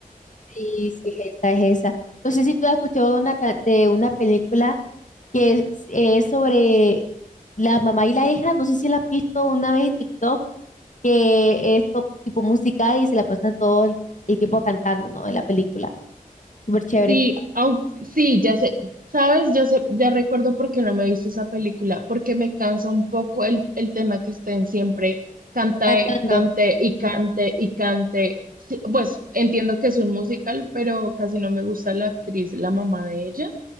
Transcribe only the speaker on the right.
Sí, aun- sí, ya sé, sabes, yo sé, ya recuerdo por qué no me he visto esa película, porque me cansa un poco el, el tema que estén siempre cante,
cante y cante y cante. Sí, pues entiendo que es un musical, pero casi no me gusta la actriz, la mamá de ella,